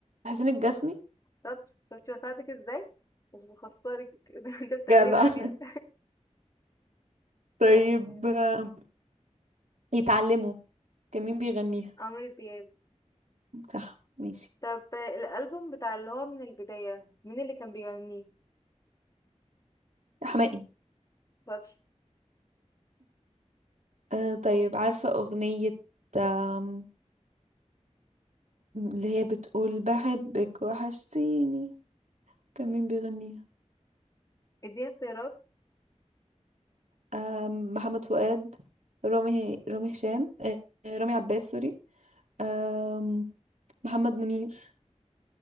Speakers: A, on the right (about 80°); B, on the left (about 30°).
A: حسين الجسمي
B: طب شفتي بساعدك ازاي مش بخسرك <laughs> زي ما انت بتعملي
A: جدع
B: معايا
A: <laughs> طيب
B: <laughs>
A: آم، يتعلموا كان مين بيغنيها
B: عمرو دياب
A: صح ماشي
B: طب الألبوم بتاع اللي هو من البداية مين اللي كان بيغنيه
A: حماقي
B: بس
A: آه طيب عارفة أغنية آم، اللي هي بتقول بحبك وحشتيني كان مين بيغنيها
B: اديني اختيارات
A: آم، محمد فؤاد رامي رامي هشام آه، رامي عباس سوري آم، محمد منير